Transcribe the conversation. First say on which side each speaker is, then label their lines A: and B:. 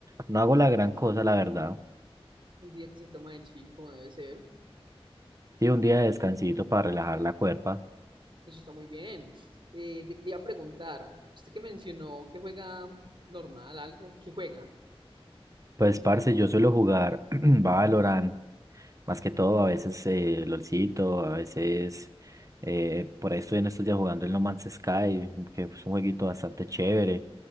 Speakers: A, on the right; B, on the right.
A: No hago la gran cosa, la verdad.
B: Un día que se toma de chill, como debe ser.
A: Sí, un día de descansito para relajar la cuerpa.
B: Eso está muy bien. Eh, de- le iba a preguntar, usted que mencionó que juega normal, algo, ¿qué juega?
A: Pues, parce, yo suelo jugar <clears throat> Valorant, más que todo, a veces eh, LOLcito, a veces eh, por ahí estoy en estos días jugando el No Man's Sky, que es un jueguito bastante chévere,